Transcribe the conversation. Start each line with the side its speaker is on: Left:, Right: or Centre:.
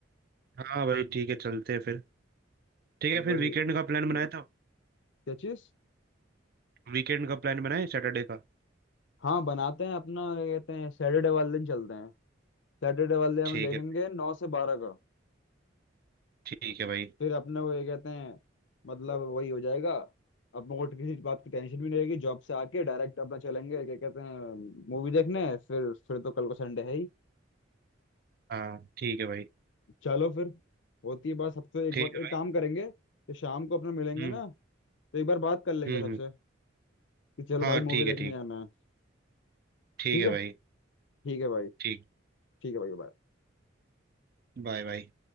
Right: हाँ भाई ठीक है चलते हैं फिर ठीक
Left: वही
Right: है फिर वीकेंड का प्लान बनाया था
Left: क्या चीज
Right: वीकेंड का प्लान बनाए सैटरडे का
Left: हाँ बनाते हैं अपना क्या कहते हैं सैटरडे वाले दिन चलते हैं सैटरडे वाले हम
Right: ठीक
Left: देखेंगे
Right: है
Left: नौ से बारह का
Right: ठीक है भाई
Left: फिर अपने को ये कहते हैं मतलब वही हो जाएगा अपने को किसी बात की टेंशन भी नहीं रहेगी जॉब से आके डायरेक्ट अपना चलेंगे क्या कहते हैं मूवी देखने फिर फिर तो कल को संडे है ही
Right: हाँ ठीक है भाई
Left: चलो फिर होती है बात सबसे एक
Right: ठीक
Left: बार
Right: है
Left: एक
Right: भाई
Left: काम करेंगे तो शाम को अपना मिलेंगे
Right: हम्म
Left: ना तो एक बार बात कर लेंगे
Right: हम्म
Left: सबसे
Right: हम्म,
Left: कि चलो
Right: हाँ
Left: भाई मूवी
Right: ठीक
Left: देखने
Right: है ठीक
Left: जाना है
Right: ठीक
Left: ठीक
Right: है
Left: है
Right: भाई
Left: ठीक है भाई
Right: ठीक
Left: ठीक है भाई bye।
Right: Bye bye